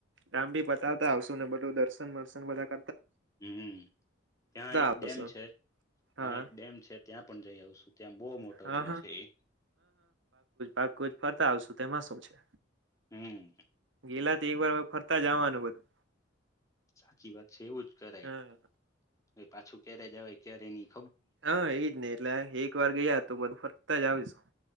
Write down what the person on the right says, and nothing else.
કામ ભી પતાવતા આવશુંને બધું દરશ સન મળશેને બધાક
આવશું
હા
હા
પાકુ જ ફરતા આવશું તેમાં શું છે.
ગેલા તો એક વાર અવે ફરતા જ આવાનું બધું
હા
હા એજ ને એટલે એક વાર ગયા તો બધું ફરતા જ આવીશું